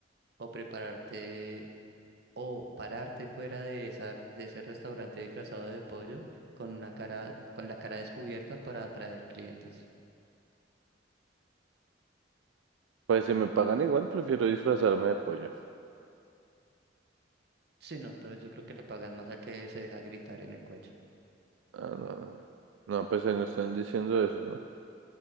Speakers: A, on the right; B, on the right.
A: o prepararte, o pararte fuera de esa, de ese restaurante disfrazado de pollo con una cara, con la cara descubierta para atraer clientes.
B: Pues si me pagan igual, prefiero disfrazarme de pollo.
A: Sí, no, pero yo creo que le pagan más al que se deja gritar en el cuello.
B: Ah, no, no, no. No, pues ahí no están diciendo eso, ¿no?